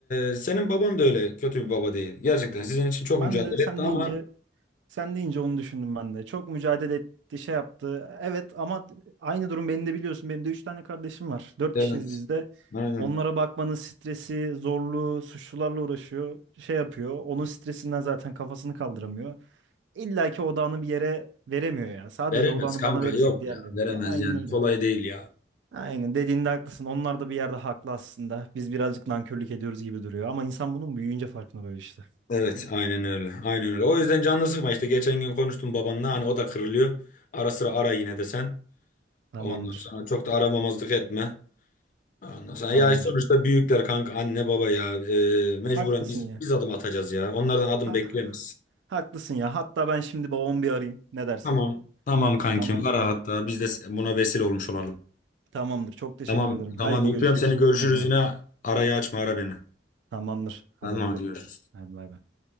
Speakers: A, on the left; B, on the right.
A: Ee, senin baban da öyle kötü bir baba değil. Gerçekten sizin için çok
B: ben
A: mücadele
B: de sen
A: etti ama
B: deyince Sen deyince onu düşündüm ben de. Çok mücadele etti, şey yaptı. Evet ama aynı durum beni de biliyorsun. Benim de üç tane kardeşim var. Dört
A: evet.
B: kişiyiz biz de.
A: Aynen.
B: Onlara bakmanın stresi, zorluğu, suçlularla uğraşıyor. Şey yapıyor. Onun stresinden zaten kafasını kaldıramıyor. İlla ki odağını bir yere veremiyor ya. Sadece
A: Veremez
B: odağını
A: kanka
B: bana verirse
A: yok
B: diğerlerine.
A: ya. Veremez
B: Ya aynen
A: yani.
B: öyle.
A: Kolay değil ya.
B: Aynen dediğinde haklısın. Onlar da bir yerde haklı aslında. Biz birazcık nankörlük ediyoruz gibi duruyor. Ama insan bunun büyüyünce farkına varıyor işte.
A: Evet aynen öyle. Aynen öyle. O
B: Hı.
A: yüzden canını sıkma işte. Geçen gün konuştum babanla. Hani o da kırılıyor. Ara sıra ara yine de sen.
B: Tamamdır.
A: Ondan sonra çok da aramamazlık etme. Ondan sonra
B: Tamamdır.
A: ya sonuçta büyükler kanka anne baba ya. Ee, mecburen
B: Haklısın
A: biz
B: ya.
A: biz adım atacağız ya. Onlardan adım
B: Ha,
A: bekleyemeyiz.
B: Haklısın ya. Hatta ben şimdi babamı bir arayayım. Ne dersin?
A: Tamam. Tamam kankim
B: Tamamdır
A: ara
B: hocam.
A: hatta biz de buna vesile olmuş olalım.
B: Tamamdır. Çok teşekkür
A: Tamam
B: ederim. Haydi
A: tamam
B: görüşürüz.
A: öpüyorum seni görüşürüz
B: Kendine bak.
A: yine arayı açma ara beni.
B: Tamamdır. Haber
A: Tamam
B: ederim.
A: hadi görüşürüz.
B: Hadi bay bay.